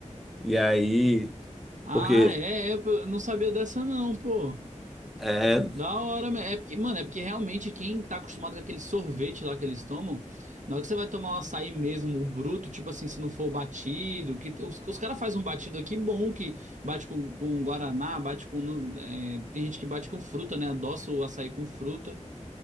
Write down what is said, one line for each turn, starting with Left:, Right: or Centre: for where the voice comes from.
Centre: E aí,
Right: Ah,
Centre: porque
Right: é, é, pô, eu não sabia dessa não, pô.
Centre: é,
Right: Da hora, me- é porque, mano, é porque realmente quem tá acostumado com aquele sorvete lá que eles tomam, na hora que você vai tomar um açaí mesmo, o bruto, tipo assim, se não for o batido, que os, os caras fazem um batido aqui bom, que bate com, com guaraná, bate com, é, tem gente que bate com fruta, né, adoça o açaí com fruta.